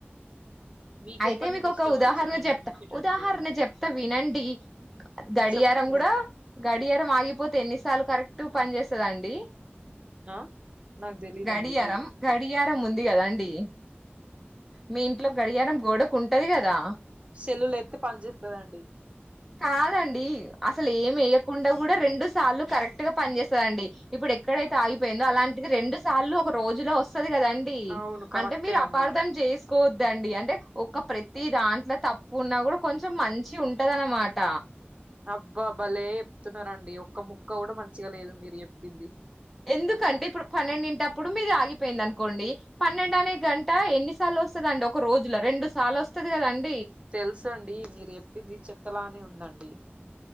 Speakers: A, on the right; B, in the centre.
A: మీకెప్పటి
B: అయితే మీకు
A: నుండి
B: ఒక
A: ఇష్టం
B: ఉదాహరణ
A: వచ్చిందండి
B: చెప్తా
A: క్రికెట్
B: ఉదాహరణ
A: అంటే
B: చెప్తా వినండి గడియారం
A: చెప్పండి
B: కూడా గ మా చెప్పింది క పోతే ఎన్నిసార్లు కరెక్ట్ పని చేస్తదండి
A: ఆ నాకు తెలీదండి
B: గడియారం గడియారం ఉంది కదా అండి మీ ఇంట్లో గడియారం గోడకు ఉంటది కదా
A: సెల్లలు ఎత్తే పనిచేస్తదండి
B: కాదండి అసలు ఏమి వేయకుండా కూడా రెండు సార్లు కరెక్ట్ గా పని చేస్తాండి ఇప్పుడు ఎక్కడైతే ఆగిపోయిందో అలాంటిది రెండు సార్లు ఒక రోజులో వస్తుది కదండి
A: అవును కరెక్టే
B: అంటే మీరు
A: అండి
B: అపార్ధం చేసు తీసుకోద్దండి అంటే ఒక ప్రతి దాంట్లో తప్పు ఉన్నా కూడా కొంచెం మంచి ఉంటదనమాట
A: అబ్బా అబలే చెప్తున్నారండి ఒక ముక్క కూడా మంచిగా లేదు మీరు చెప్పింది
B: ఎందుకంటే ఇప్పుడు పన్నెండింటప్పుడు మీరు ఆగిపోయింది అనుకోండి పన్నెండనే గంట ఎన్ని సార్లు వస్తుంద అండి ఒక రోజులో రెండు సార్లు వస్తుది కదండి
A: తెలుస అండి మీరు చెప్పింది చెత్తలానే ఉంది అండి